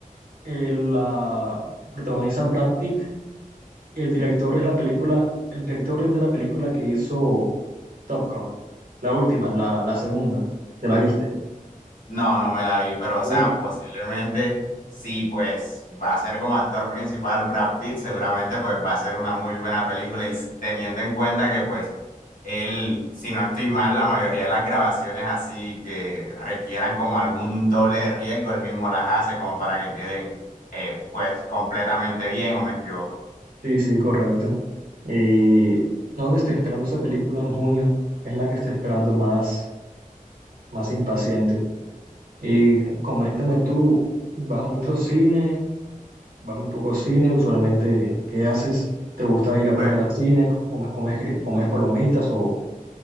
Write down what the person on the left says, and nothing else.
No, no me la vi, pero o
sea, posiblemente sí, pues va a ser como actor principal Brad Pitt, seguramente pues va a ser una muy buena película y s- teniendo en cuenta que pues él, si no estoy mal, la mayoría de las grabaciones así que requieran como algún doble de riesgo, él mismo las hace como para que queden eh, pues completamente bien o me equivoco.
Pues